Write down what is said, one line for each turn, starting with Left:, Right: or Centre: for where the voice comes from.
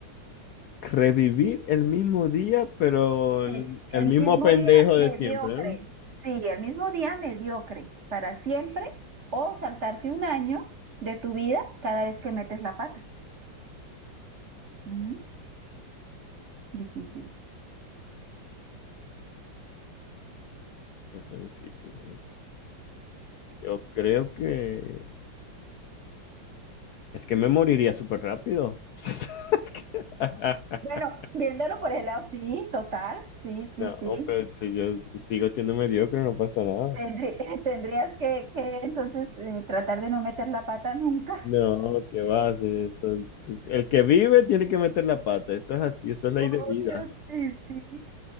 Left: Revivir el mismo día, pero
Right: el
Left: el,
Right: el
Left: el mismo
Right: mismo
Left: pendejo
Right: día
Left: de
Right: mediocre.
Left: siempre, ¿no?
Right: Sí, el mismo día mediocre para siempre o saltarte un año de tu vida cada vez que metes la pata. Ujú, Difícil.
Left: Eso es difícil, ¿eh? Yo creo que... Es que me moriría súper rápido. <laughs>
Right: Bueno, viéndolo por el lado, sí, total, sí, sí,
Left: No,
Right: sí.
Left: pero si yo sigo siendo mediocre, no pasa nada.
Right: Tendrí- <laughs> tendrías que, que entonces eh, tratar de no meter la pata nunca.
Left: No, qué va. sí, eso- tú- el que vive tiene que meter la pata. Eso es así,
Right: <laughs>
Left: eso es ley
Right: Obvio,
Left: de vida.
Right: sí, sí.